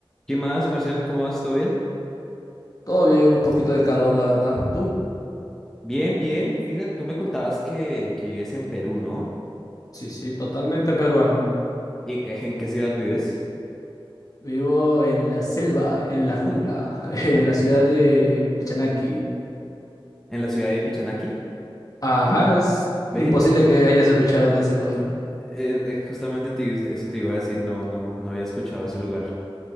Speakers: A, in the centre; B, on the left.
A: ¿Qué más, Marcial? ¿Cómo vas? ¿Todo bien?
B: Todo bien, un poquito de calor, la verdad. ¿Tú?
A: Bien, bien. Fíjate, tú me contabas que, que vives en Perú, ¿no?
B: Sí, sí, totalmente peruano.
A: ¿Y- eh, ¿En qué ciudad vives?
B: Vivo en la selva, en la jungla, <laughs> en la ciudad
A: ¿En
B: de Pichanaki.
A: en la ciudad de Pichanaki?
B: Ajá, es
A: Ve,
B: imposible
A: no, no.
B: que hayas escuchado de ese lugar.
A: Eh, eh, justamente te- eso te iba a decir, no, no, no había escuchado ese lugar.